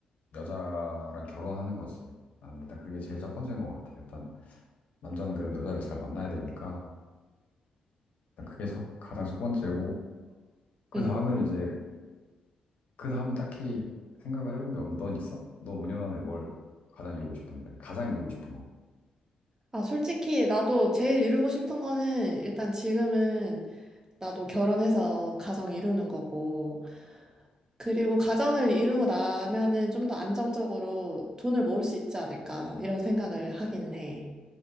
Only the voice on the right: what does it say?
응.
아, 솔직히 나도 제일 이루고 싶은 거는 일단 지금은 나도 결혼해서 가정 이루는 거고, 그리고 가정을 이루고 나면은 좀 더 안정적으로 돈을 모을 수 있지 않을까 이런 생각을 하기는 해.